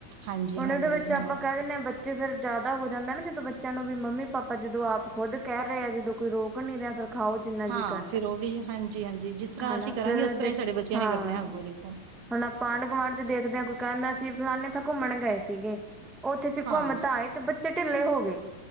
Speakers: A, on the right; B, in the centre.
A: ਹਾਂਜੀ,
B: ਹੁਣ
A: ਹਾਂਜੀ
B: ਏਦੇ ਵਿੱਚ ਆਪਾਂ
A: ਹਾਂ,
B: ਕੈ ਦਿੰਦੇ ਆ ਬੱਚੇ ਫੇਰ ਜਾਦਾ ਹੋ ਜਾਂਦੇ ਨਾ ਜਦੋਂ ਬੱਚਿਆਂ ਨੂੰ ਵੀ ਮੰਮੀ ਪਾਪਾ ਜਦੋਂ ਆਪ ਖੁਦ ਕੈ ਰਹੇ ਆ ਜਦੋਂ ਕੋਈ ਰੋਕ ਨੀ ਰੈਯਾ ਫੇਰ ਖਾਓ ਜਿੰਨਾ
A: ਹਾਂ
B: ਜੀਅ ਕਰਦਾ
A: ਫਿਰ ਓਵੀ ਯਾ ਹਾਂਜੀ-ਹਾਂਜੀ ਜਿਸ ਤਰ੍ਹਾਂ
B: ਹਨਾ
A: ਅਸੀਂ ਕਰਾਂਗੇ
B: ਫਿਰ
A: ਉਸ ਤਰਾਂ
B: ਦੇ
A: ਈ ਸਾਡੇ ਬੱਚਿਆਂ
B: ਹਾਂ
A: ਨੇ ਕਰਨਾ ਅੱਗੋਂ ਦੇਖੋ
B: ਹੁਣ ਆਪਾਂ ਆਂਡ-ਗੁਆਂਢ ਚ ਦੇਖਦਿਆਂ ਕੋਈ ਕੈਂਦਾ ਸੀ ਫਲਾਨੀ ਥਾਂ ਕੁੰਮਣ ਗਏ ਸੀਗੇ। ਓਥੇ ਅਸੀ
A: ਹਾਂ,
B: ਕੁੰਮ ਤਾਂ ਆਏ ਤੇ ਬੱਚੇ ਢਿੱਲੇ ਹੋ ਗਏ।